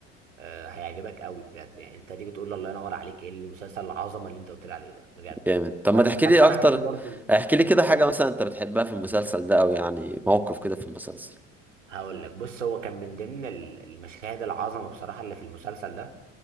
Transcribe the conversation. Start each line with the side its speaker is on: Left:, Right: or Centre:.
Right: آه، هيعجبك قوي بجد يعني انت تيجي تقول لي الله ينور عليك ايه المسلسل العظمة اللي انت قلت لي عليه ده بجد
Centre: جامد
Right: يعني
Centre: طب
Right: وانا
Centre: ما تحكي
Right: عن نفسي
Centre: لي
Right: انا
Centre: اكتر
Right: هشوف برضه
Centre: احكي لي كده حاجه
Right: إيه،
Centre: مثلا انت بتحبها في المسلسل ده او يعني موقف كده في المسلسل
Right: هقول لك بص هو كان من ضمن ال- المشاهد العظمة بصراحة اللي في المسلسل ده